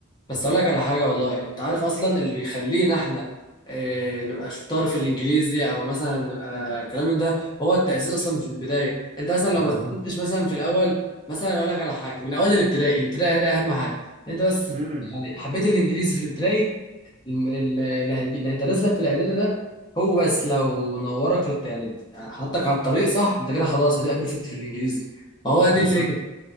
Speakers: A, on the left (about 20°); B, on the right (about 30°).
A: بس اقول لك على حاجه والله انت عارف اصلا اللي بيخلينا احنا آه، نبقى شطار في الانجليزي او مثلا نبقى الكلام من ده هو التاسيس اصلا في البدايه انت مثلا لو
B: بالظبط
A: ما تأسستش مثلا في الاول مثلا اقول لك على حاجه من اول الابتدائي الابتدائي ده اهم حاجه انت بس
B: امم
A: يعني حبيت الانجليزي في الابتدائي الم- ال- اللي هيجي- اللي هيدرس لك في الاعدادي ده هو بس لو نورك للت- يعني حطك على الطريق صح انت كده خلاص هتبقى بيرفكت في الانجليزي ما هو دي
B: بالظبط
A: الفكره